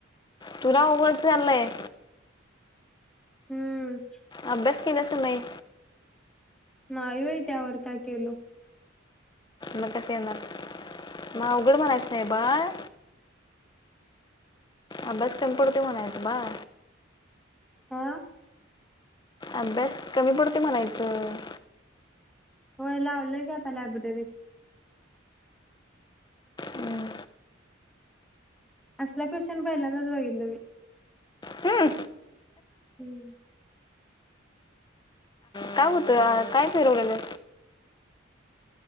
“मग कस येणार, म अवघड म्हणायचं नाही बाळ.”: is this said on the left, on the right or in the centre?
Left